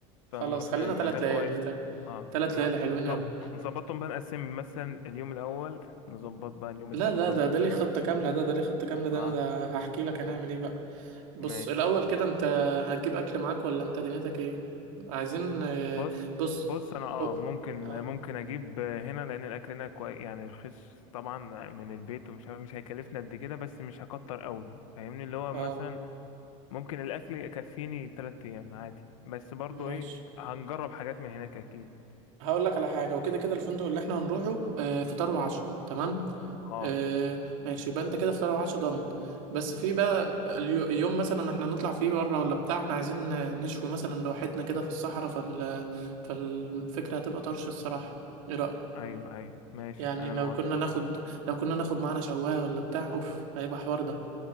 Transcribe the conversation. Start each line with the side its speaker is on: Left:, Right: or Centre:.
Right: خلاص
Left: فنروح
Right: خلينا
Left: لمكان
Right: تلات ليالي
Left: كويس
Right: تا-
Left: اه
Right: تلات
Left: نروح
Right: ليالي حلوين
Left: ونظبط
Right: قوي
Left: نظبطهم بقى نقسم مثلا اليوم الاول نظبط بقى اليوم
Right: لا
Left: التاني
Right: لا
Left: نظبط
Right: ده ده
Left: اليوم
Right: ليه خطة كاملة ده ده ليه خطة كاملة ده
Left: اه
Right: انا ده هحكي لك هنعمل ايه بقى بص
Left: ماشي
Right: الأول كده أنت هتجيب أكل معاك ولا أنت دنيتك إيه؟ عايزين آه،
Left: بص
Right: بص
Left: بص انا اه
Right: أو-
Left: ممكن
Right: اه
Left: ممكن اجيب هنا لان الاكل هنا كويس يعني رخيص طبعا من البيت ومش عارف- مش هيكلفني قد كده بس مش هكتر قوي فاهمني اللي هو
Right: اه
Left: مثلا ممكن الاكل يكفيني تلات ايام عادي بس برضو
Right: ماشي
Left: ايه هنجرب حاجات من هناك اكيد
Right: هقول لك على حاجة وكده كده الفندق اللي احنا هنروحه آه، فطار وعشاء تمام؟
Left: اه
Right: آه ماشي يبقى انت كده فطار وعشاء ضن بس في بقى اليو- يوم مثلا احنا نطلع فيه بره ولا بتاع احنا عايزين آه، نشوي مثلا لوحدنا كده في الصحراء فال فالفكرة هتبقى طرش الصراحة ايه رأيك؟
Left: ايوه ايوه ماشي
Right: يعني
Left: انا
Right: لو
Left: موافق
Right: كنا ناخد لو كنا ناخد معانا شواية ولا بتاع اوف هيبقى حوار ده